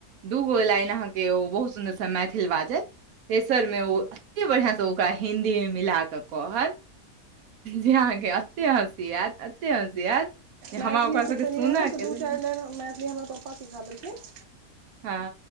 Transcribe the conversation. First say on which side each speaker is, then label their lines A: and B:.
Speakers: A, on the right (about 70°); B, on the right (about 50°).
A: दूगो लाइन अहाँकेँ के ओ बहुत सुन्दरस मैथिल बाजै तेसरमे ओ एतेक बढ़िआसँ ओकरा हिन्दी मे मिला कऽ कहत जहाँकेँ अते हसि आयत अते हसि आयत जे हमरा
B: मैथिली
A: ओकरा सबके
B: सिखेलियै
A: सुनऽ
B: हँ त
A: के लेल
B: दू चारि बेर मैथिली हमर पप्पा सिखा देलकिन।
A: ह।